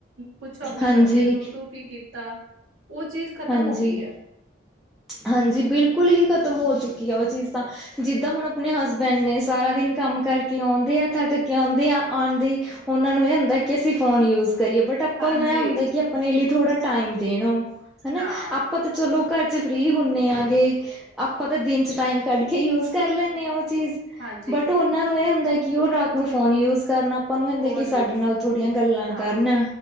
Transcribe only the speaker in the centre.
ਹਾਂਜੀ,
ਹਾਂਜੀ,
ਹਾਂਜੀ ਬਿਲਕੁਲ ਹੀ ਖਤਮ ਹੋ ਚੁੱਕੀ ਆ ਉਹ ਚੀਜ਼ ਤਾਂ ਜਿੱਦਾਂ ਹੁਣ ਆਪਣੇ ਹਸਬੈਂਡ ਨੇ, ਸਾਰਾ ਦਿਨ ਕੰਮ ਕਰਕੇ ਆਉਂਦੇ ਆ, ਥੱਕ ਕੇ ਆਉਂਦੇ ਆ ਆਉਣਦੇ ਉਹਨਾਂ ਨੂੰ ਇਹ ਹੁੰਦਾ, ਕਿ ਅਸੀਂ ਫੋਨ ਯੂਜ ਕਰੀਏ, ਬਟ ਆਪਾਂ
ਨੂੰ ਇਹ ਹੁੰਦਾ, ਕਿ ਆਪਣੇ ਲਈ ਥੋੜਾ ਟਾਈਮ ਦੇਣ ਉਹ ਹਨਾ।
ਆਪਾਂ ਤਾਂ ਚਲੋ ਘਰ 'ਚ, ਫ੍ਰਰੀ ਹੁੰਦੇ ਆਂ ਗੇ। ਆਪਾਂ ਤਾਂ ਦਿਨ 'ਚ ਟਾਈਮ ਕੱਢ ਕੇ, ਯੂਜ ਕਰ ਲੈਂਦੇ ਹਾਂ ਉਹ ਚੀਜ਼।
ਬਟ ਉਹਨਾਂ ਨੂੰ ਇਹ ਹੁੰਦਾ, ਕਿ ਉਹ ਰਾਤ ਨੂੰ ਫੋਨ ਯੂਜ ਕਰਨਾ ਆਪਾਂ ਨੂੰ ਹੁੰਦਾ,
ਕਿ
ਸਾਡੇ ਨਾਲ ਥੋੜੀਆਂ ਗੱਲਾਂ
ਕਰਨ।